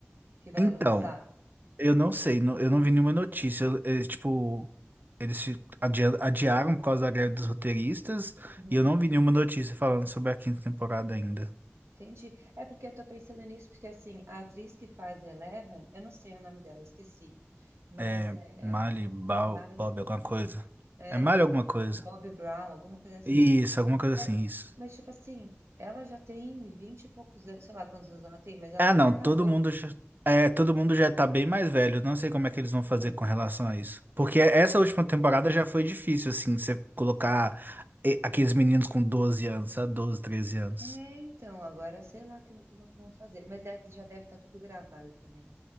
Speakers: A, on the right; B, on the right.
A: Que vai
B: Então.
A: lançar?
B: Eu não sei, não- eu não vi nenhuma notícia. Eu- Eles, tipo, eles se adia- adiaram por causa da greve dos roteiristas
A: Uhum.
B: e eu não vi nenhuma notícia falando sobre a quinta temporada ainda.
A: Entendi. É porque eu tô pensando nisso, porque assim, a atriz que faz Eleven, eu não sei o nome dela, eu esqueci. Mas
B: É
A: é.
B: Mali, Bal,
A: Mar...
B: Bob, alguma coisa.
A: É.
B: É Mali alguma coisa.
A: Bobby Brown, alguma coisa assim.
B: Isso, alguma coisa assim,
A: Mas,
B: isso.
A: mas, tipo assim, ela já tem vinte e poucos anos, sei lá quantos anos ela tem, mas ela
B: Ah,
A: já
B: não,
A: até casou.
B: todo mundo já, é, todo mundo já tá bem mais velho. Eu Não sei como é que eles vão fazer com relação a isso. Porque essa
A: né?
B: última temporada já foi difícil, assim, você colocar eh, aqueles meninos com 12 anos, sabe? 12, 13 anos.
A: É, então, agora sei lá que- como é que vão fazer. Mas é que já deve estar tudo gravado também.